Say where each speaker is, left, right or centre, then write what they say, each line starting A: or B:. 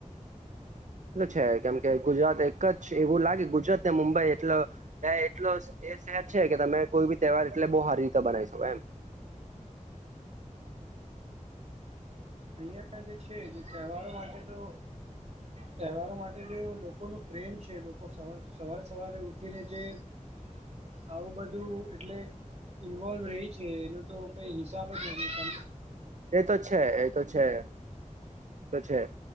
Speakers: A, on the right; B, on the right.
A: એ તો છે કેમ કે ગુજરાત એક જ એવું લાગે ગુજરાતને મુંબઈ એટલો ત્યાં એટલો એ સહેજ છે કે તમે કોઈ બી તહેવાર એટલે બઉ હારી રીતે બનાવી શકો એમ.
B: અહિયાં જે છે જે તહેવારો માટે તો તહેવારો માટે જો લોકોનું પ્રેમ છે, લોકો સવાર સવારે સવારે ઉઠીને જે આવું બધું એટલે ઈન્વોલ્વ રઈ છે એનો તો કઈ હિસાબ જ નથી. તમે
A: એ તો છે, એ તો છે, તો છે